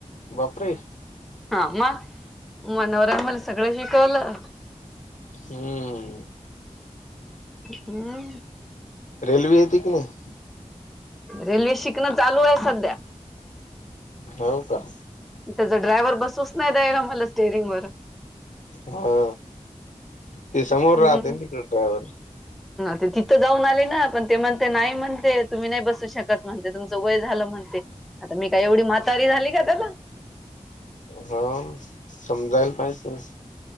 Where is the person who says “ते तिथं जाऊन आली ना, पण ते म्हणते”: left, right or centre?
Centre